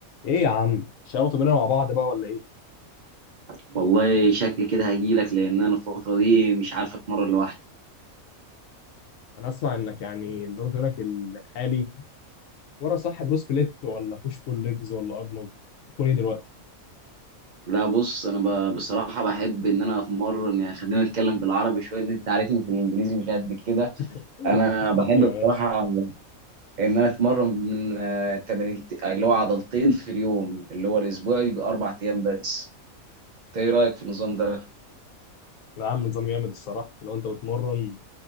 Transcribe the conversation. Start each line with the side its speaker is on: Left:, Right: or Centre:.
Left: ايه يا عم شغلتوا بينا مع بعض بقى ولا ايه
Right: والله شكلي كده هجيلك لان انا الفتره دي مش عارف اتمرن لوحدي
Left: انا اسمع انك يعني نظام تمرينك الحالي مره صح بروس بليت ولا بوش بول ليجز ولا ارنولد تكون ايه دلوقتي
Right: لا بص انا ب... بصراحه بحب ان انا اتمرن يعني خلينا نتكلم بالعربي شويه ان انت عارفني في الانجليزي مش قد كده
Left: <laughs>
Right: انا
Left: محتاج
Right: بحب
Left: يا باشا
Right: بصراحه ان انا اتمرن من آه، تمرين اللي هو عضلتين في اليوم اللي هو الاسبوع بيبقى اربع ايام بس إنت ايه رايك في النظام ده
Left: لا يا عم نظام جامد الصراحه لو انت بتمرن